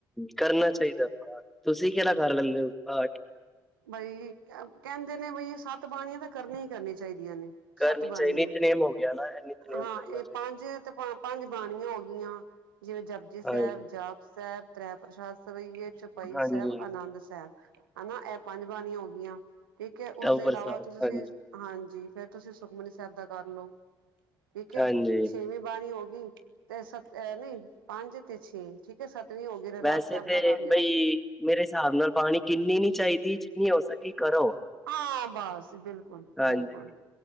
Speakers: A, in the centre; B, on the right.
A: ਕਰਨਾ ਚਾਈਦਾ ਪਾਠ, ਤੁਸੀਂ ਕਿਹੜਾ
B: ਹਾਂ।
A: ਕਰ ਲੈਂਦੇ ਹੋ ਪਾਠ।
B: ਬਈ ਕਹਿੰਦੇ ਨੇ ਬਈ ਸੱਤ ਬਾਣੀਆਂ ਤਾਂ ਕਰਨੀਆਂ ਈ ਕਰਨੀਆਂ ਚਾਈਦੀਆਂ ਨੇ।
A: ਕਰਨੀ
B: ਸੱਤ ਬਾਣੀਆ
A: ਚਾਹੀਦੀ ਨਿਤਨੇਮ ਹੋ ਗਿਆ ਨਾ ਨਿਤਨੇਮ
B: ਹਾਂ
A: ਕਰਨਾ
B: ਇਹ
A: ਚਾਹੀਦਾ।
B: ਪੰਜ ਤੇ ਪੰ ਪੰਜ ਬਾਣੀਆਂ ਹੋ ਗਈਆਂ ਜਿਵੇਂ ਜਪਜੀ ਸਾਹਿਬ,
A: ਹਾਂਜੀ,
B: ਜਾਪ ਸਾਹਿਬ ਤ੍ਰੈ ਪ੍ਰਸ਼ਾਦ <unintelligible> ਭਾਈ
A: ਹਾਂਜੀ
B: ਸਾਹਿਬ, ਆਨੰਦ ਸਾਹਿਬ ਹਨਾ ਇਹ ਪੰਜ ਬਾਣੀਆਂ ਹੋ ਗਈਆਂ। ਠੀਕ ਐ, ਉਸਦੇ
A: ਤਵ ਪ੍ਰਸਾਦ
B: ਇਲਾਵਾ ਤੁਸੀਂ
A: ਹਾਂਜੀ,
B: ਹਾਂਜੀ ਫੇਰ ਤੁਸੀਂ ਸੁਖਮਨੀ ਸਾਹਿਬ ਦਾ ਕਰ ਲਓ। ਠੀਕ ਐ,
A: ਹਾਂਜੀ
B: ਛੇਵੀਂ ਬਾਣੀ ਹੋ ਗਈ ਤੇ ਸਤ ਅ ਨਈ ਪੰਜ ਤੇ ਛੇ ਠੀਕ। ਸਤਵੀ ਹੋ ਗੀ ਰੇ
A: ਵੈਸੇ
B: ਰਾਜ ਸਾਹਿਬ
A: ਤੇ
B: ਦਾ ਕਰ ਲਿਆ।
A: ਬਈ ਮੇਰੇ ਸਾਬ ਨਾਲ ਪਾਣੀ ਗਿਨਨੀ ਨੀ ਚਾਈਦੀ ਜਿੰਨੀ ਹੋ ਸਕੇ ਕਰੋ।
B: ਹਾਂ, ਬਸ ਬਿਲਕੁਲ
A: ਹਾਂਜੀ।
B: ਬਿਲਕੁਲ।